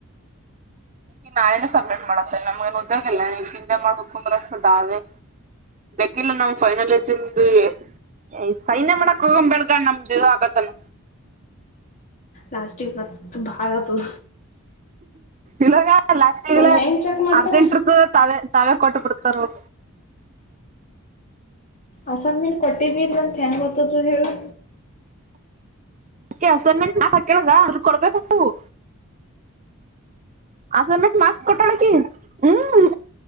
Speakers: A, on the right (about 35°); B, on the left (about 35°).
A: ಏ ನಾಳೆನೆ ಸಬ್ಮಿಟ್ ಮಾಡತ್ತೇ ನಮ್ಗನ್ ಗೊತ್ತಾಗಿಲ್ಲ ಈಗ್ ಹಿಂಗೆ ಮಾಡ್ಬೇಕು ಅಂದ್ರೆ <unintelligible> ಬೇಕಿಲ್ಲ ನಾವ್ ಫೈನಲ್ ಇದೀವ್ ಬೇ ಏ ಏ ಇದ್ ಸೈನ್ಯ ಮಾಡಕ್ಕು <unintelligible>
B: ಲಾಸ್ಟಿಗ್ ಮತ್ ಬಾಳದು
A: ಇವಾಗ ಲಾಸ್ಟ್ ಈಗಲ
B: ಹೆಂಗ್ ಚೆಕ್ ಮಾಡ್ತಾರ
A: ಅರ್ಜೆಂಟ್ ಇರ್ತದ ತಾವೇ ತಾವೇ ಕೊಟ್ಟ ಬಿಡ್ತಾರ
B: ಅಸಂದ ಮೇನ್ ಕೊಟ್ಟಿ ಬಿ ಇ ಅಂತ ಏನ್ ಗೊತದ ಹೇಳು
A: ಅೆ ಅಸೈನ್ಮೆಂಟ್ ನಾತಕ್ಕೇಳದ ಅದ್ರ ಕೊಡ್ಬೇಕಂತವು ಅಸೈನ್ಮೆಂಟ್ ಮಾರ್ಕ್ಸ್ ಕೊಟ್ಟಾಳಕಿ ಹ್ಮ್